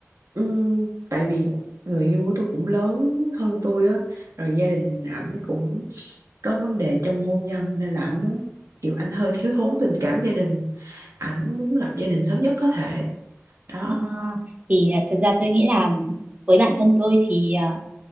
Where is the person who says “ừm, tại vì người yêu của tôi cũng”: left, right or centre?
Right